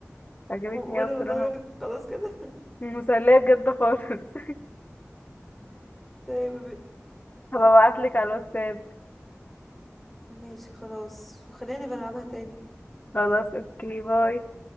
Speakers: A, on the left (about 35°); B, in the centre.
A: عجبتني
B: و- وانا
A: اوي بصراحة
B: والله خلاص كده
A: مسلية بجد خالص
B: طيب ب-
A: <laughs> هبقى ابعتلك على الواتساب
B: ماشي خلاص وخلينا بنلعبها تاني
A: خلاص اوكي باي